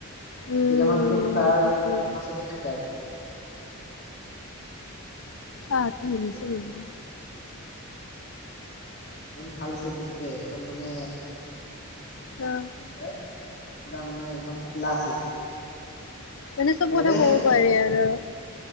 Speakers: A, on the left; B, on the left.
A: উম
B: কেইটামানততো তাৰ
A: বুজিছো বাৰু
B: কেম্পাছতে থাকে আৰু।
A: অ <inaudible> <unintelligible>
B: সেইটোৱে
A: <inaudible> <unintelligible>
B: এম। ভাল আছিল কিন্তু দেই একদম মানে।
A: অ
B: সায়। পুৰা মানে। একদম খোলা আছিল।
A: মানে চব
B: মেমেহে
A: কথা ক'ব পাৰি আৰু।